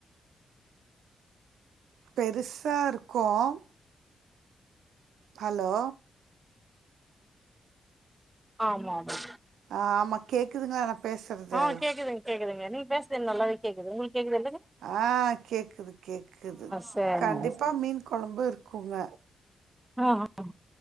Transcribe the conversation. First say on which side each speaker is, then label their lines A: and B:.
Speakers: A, on the right; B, on the right.
A: பெருசாருக்கும் ஹலோ
B: ஆமாமா
A: ஆமா கேக்குதுங்களா நா பேசுறது
B: ஆ கேக்குதுங்க கேக்குதுங்க நீங்க பேசது நல்லாவே கேக்குது உங்களுக்கு கேக்குதுல்லங்க
A: ஆ கேக்குது கேக்குது
B: சரிங்க
A: கண்டிப்பா மீன் கொழம்பு இருக்குங்க
B: ம் ம்